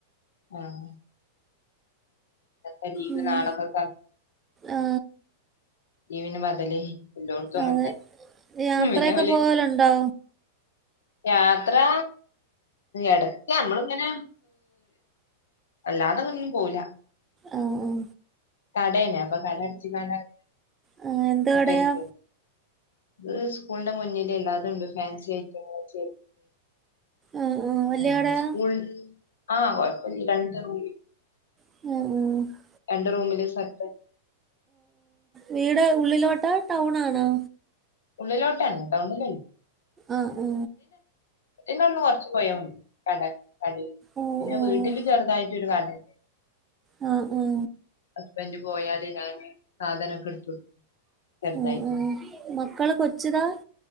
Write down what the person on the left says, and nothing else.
ആഹ് അല്ലീങ്കി
നാളെക്കക്കാ
ല്ല പിന്നെ ബധല്, ഏല്ലോട്ത്തും അങ്ങൻ
തെന്നെ
ഉം പിന്നെ ഇബല്
യാത്ര ഇടക്ക് നമ്മള് ഇങ്ങനെ അല്ലാതെങ്ങൊന്നും പോവുല്ല
കടേണ് അപ്പൊ കട അടച്ച്ങ്ങാണ്ടാണ്
മുപ്പര്ക്ക്
ഇത് ഉസ്കൂളിന്റെ മുന്നിലെല്ലാതുണ്ട് ഫാൻസി ഐറ്റങ്ങള് ചെരു
<unintelligible>
സ്കൂൾ ആ കൊഴപ്പല്ല്യ രണ്ട് റൂമി
രണ്ട് റൂമില് സെറ്റ്
ഉള്ളിലോട്ട് തന്നെ ടൗണിലല്ല്ലാ
പിന്നവ്ടന്ന് കൊറച്ച് പോയാമതി. കട കടീക്ക്
പിന്നെ
വ് ട്ട്ല് ചെറ്തായിറ്റൊര് കടേ
ഹസ്ബൻഡ് പോയാല് ഞാന് സാധനമൊക്കെ എടുത്ത് കൊടുക്കും. ചെറുതായിട്ട്